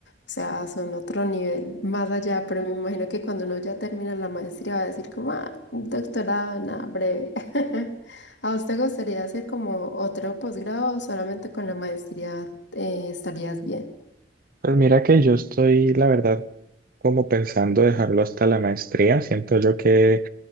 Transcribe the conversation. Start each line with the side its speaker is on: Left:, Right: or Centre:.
Left: sea, son otro nivel más allá, pero me imagino que cuando uno ya termina la maestría va a decir como, ah, un doctorado, nada, breve. <laughs> ¿A usted gustaría hacer como otro posgrado o solamente con la maestría eh, estarías bien?
Right: Pues mira que yo estoy, la verdad, como pensando dejarlo hasta la maestría. Siento yo que